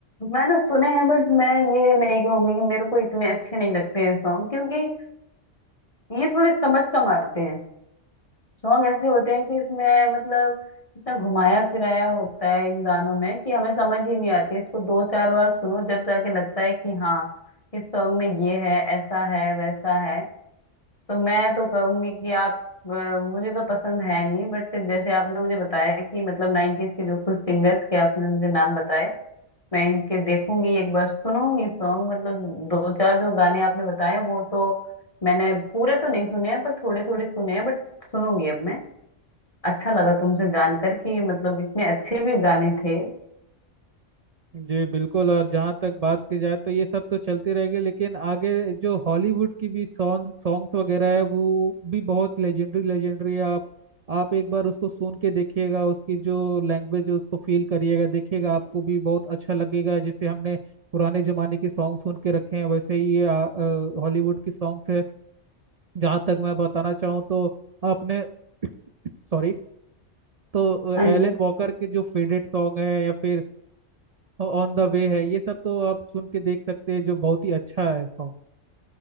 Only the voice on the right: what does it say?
जी बिल्कुल और जहाँ तक बात की जाए तो ये सब तो चलती रहेगी लेकिन आगे जो हॉलीवुड की भी सॉन्ग सॉन्ग्स वगैरह है वो भी बहुत लेजेंडरी लेजेंडरी है आप आप एक बार उसको सुन के देखिएगा उसकी जो लैंग्वेज है उसको फील करिएगा देखिएगा आपको भी बहुत अच्छा लगेगा जैसे हमने पुराने जमाने के सॉन्ग सुन के रखे हैं वैसे ही ये हॉलीवुड की सॉन्ग्स है जहाँ तक मैं बताना चाहूँ तो अपने सॉरी तो एलन
वॉकर के जो फेवरेट सॉन्ग है या फिर ऑन द वे है ये सब तो आप सुन के देख सकते हैं जो बहुत ही अच्छा है सॉन्ग